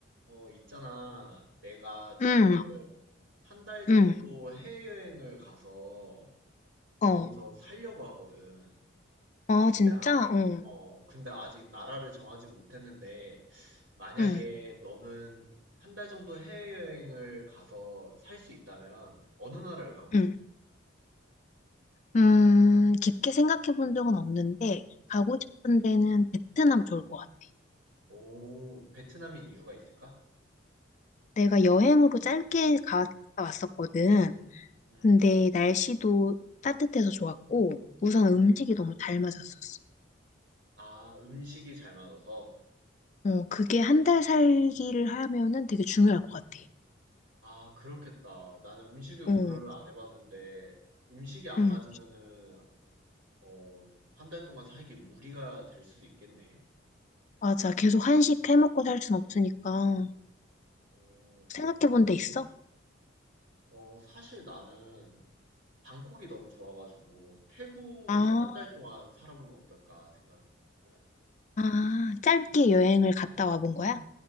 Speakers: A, on the right; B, on the left.
A: 어, 있잖아. 내가 지금
B: 응,
A: 한 달 정도
B: 응,
A: 해외여행을 가서
B: 어.
A: 거기서 살려고 하거든.
B: 아, 진짜?
A: 근데 아,
B: 어,
A: 어, 근데 아직 나라를 정하지 못했는데, 만약에
B: 응,
A: 너는 한 달 정도 해외여행을 가서 살 수 있다면 어느 나라를 가고
B: 응.
A: 싶어?
B: 음, 깊게 생각해 본 적은 없는데, 가고 싶은 데는 베트남 좋을 것 같아.
A: 오, 베트남인 이유가 있을까?
B: 내가 여행으로 짧게 갔다 왔었거든.
A: 음.
B: 근데 날씨도 따뜻해서 좋았고, 우선 음식이 너무 잘 맞았었어.
A: 아, 음식이 잘 맞아서?
B: 어, 그게 한 달 살기를 하면은 되게 중요할 것 같아.
A: 아, 그렇겠다. 나는 음식을
B: 어,
A: 고려를 안 해봤는데, 음식이 안
B: 응,
A: 맞으면은 어, 한 달 동안 살기 무리가 될 수도 있겠네.
B: 맞아. 계속 한식 해먹고 살 순 없으니까.
A: 어, 그렇구나.
B: 생각해 본데 있어?
A: 어, 사실 나는 방콕이 너무 좋아가지고 태국에서
B: 아,
A: 한 달 동안 살아보면 어떨까 생각을 했거든.
B: 아, 짧게 여행을 갔다 와본 거야?